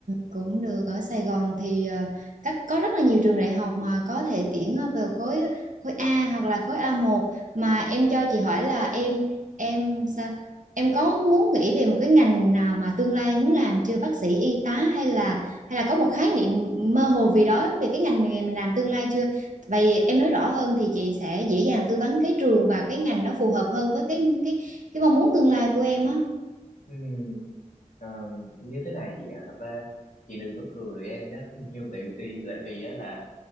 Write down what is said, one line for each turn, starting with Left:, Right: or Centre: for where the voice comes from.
Right: cũng được ở Sài Gòn thì à, các có rất là nhiều trường đại học mà có thể tuyển ờ, vào khối khối A hoặc là khối a một mà em cho chị hỏi là em em sao em có muốn nghĩ về một cái ngành nào mà tương lai em muốn làm chưa bác sĩ y tá hay là hay là có một khái niệm mơ hồ vì đó về cái ngành nghề mình làm tương lai chưa vậy em nói rõ hơn thì chị sẽ dễ dàng tư vấn cái trường và cái ngành nó phù hợp hơn với cái cái cái mong muốn tương lai của em á
Left: Ừ, ờ, như thế này chị ạ Thật ra chị đừng có cười em nhé <laughs> Nhưng mà tại vì tại vì á là